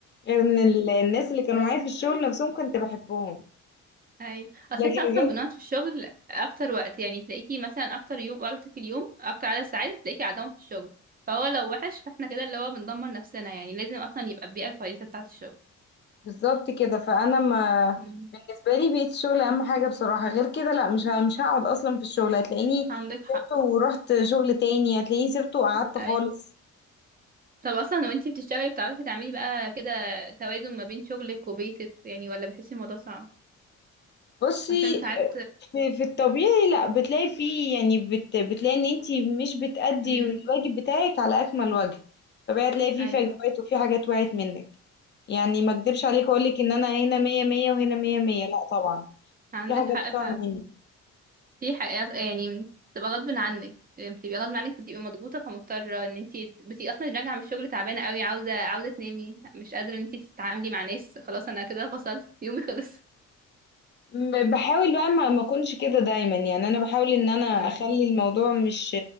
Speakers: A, on the left; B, on the right.
A: غير إن ال- الناس اللي كانوا معايا في الشغل نفسهم كنت بحبهم
B: ايوه اصل
A: لكن
B: احنا اصلا
A: غير
B: بنقعد في الشغل اكتر وقت يعني تلاقيكي مثلا اكتر يوم وقت في اليوم اكتر عدد ساعات بتلاقيكي قاعدهم في الشغل فهو لو وحش فاحنا كده اللي هو بندمر نفسنا يعني لازم اصلا يبقى البيئة كويسة بتاعة الشغل
A: بالظبط كده فأنا ما
B: مم.
A: بالنسبة لي بيئة الشغل أهم حاجة بصراحة غير كده لا مش ه- مش هقعد أصلا في الشغل هتلاقيني
B: عندك حق
A: سبته ورحت شغل تاني هتلاقيني سبته وقعدت
B: اي
A: خالص
B: طب اصلا لو انتي بتشتغلي بتعرفي تعملي بقى كده توازن ما بين شغلك وبيتك يعني ولا بتحسي الموضوع صعب
A: بصي
B: عشان ساعات
A: في, في الطبيعي لا بتلاقي فيه يعني بت بتلاقي ان انتي مش بتأدي
B: امم
A: الواجب بتاعك على اكمل وجه طبيعي هتلاقي فيه
B: ايوه
A: فجوات وفي حاجات وقعت منك يعني ما اكدبش عليك اقولك ان انا هنا مية مية وهنا مية مية لا طبعا
B: عندك
A: في حاجات
B: حق
A: بتقع
B: فعلا
A: مني
B: في حقيقة يعني بتبقى غصب عنك يعني بتبقي غصب عنك بتبقي مضغوطة فمضطرة ان انتي بتبقي اصلا راجعة من الشغل تعبانة قوي عاوزة عاوزة تنامي مش قادرة ان انتي تتعاملي مع ناس خلاص انا كده فصلت يومي خلص
A: م- بحاول بقى ما ما اكونش كده دايما يعني انا بحاول ان
B: <laughs>
A: انا
B: امم
A: اخلي الموضوع مش